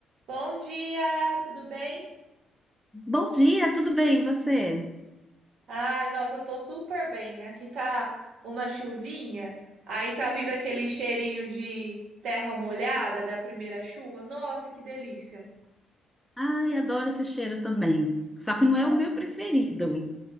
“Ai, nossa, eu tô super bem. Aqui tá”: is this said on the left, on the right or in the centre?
Right